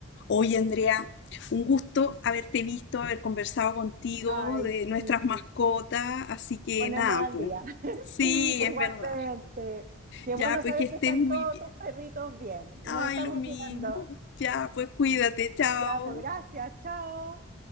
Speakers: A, on the left; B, on the right.
A: Oye, Andrea, un gusto haberte visto, haber conversado contigo
B: Ay,
A: de
B: sí,
A: nuestras mascotas, así que
B: ponernos
A: nada,
B: al
A: pues.
B: día. <laughs>
A: Sí,
B: Sí, pues
A: es
B: igualmente.
A: verdad.
B: Qué
A: Ya,
B: bueno
A: pues
B: saber
A: que estés
B: que están
A: muy
B: todos
A: bien.
B: tus perritos bien y
A: Ay,
B: nos estamos
A: lo mismo.
B: viendo.
A: Ya, pues cuídate, chao.
B: Ya, pues gracias, chao.